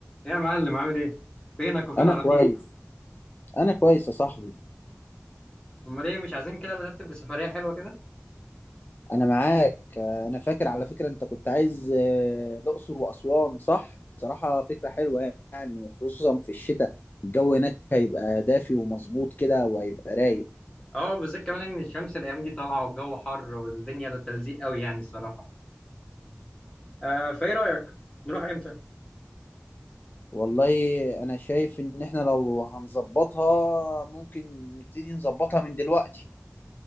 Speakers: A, on the left; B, on the left.
A: إيه يا معلم عامل ايه؟ فينك وفين
B: انا
A: اراضيك؟
B: كويس انا كويس يا صاحبي
A: امال ايه مش عايزين كده نرتب بسفرية حلوة كده؟
B: انا معاك آه، انا فاكر على فكرة انت كنت عايز آه، الاقصر واسوان صح بصراحة فكرة حلوة يعني خصوصا في الشتاء الجو هناك هيبقى دافي ومظبوط كده وهيبقى رايق
A: اه بالذات كمان ان الشمس الايام دي طالعة والجو حر والدنيا تلزيق قوي يعني الصراحة. آه فايه رأيك؟ نروح امتى؟
B: والله انا شايف ان احنا لو هنظبطها ممكن نبتدي نظبطها من دلوقتي